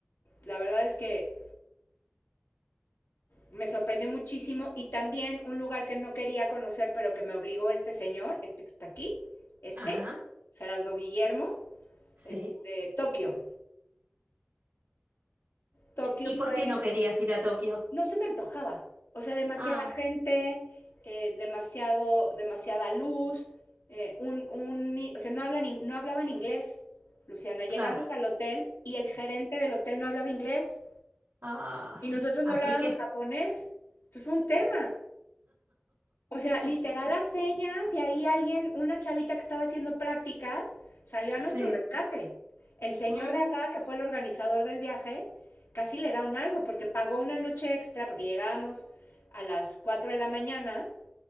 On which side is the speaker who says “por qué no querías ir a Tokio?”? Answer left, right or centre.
Right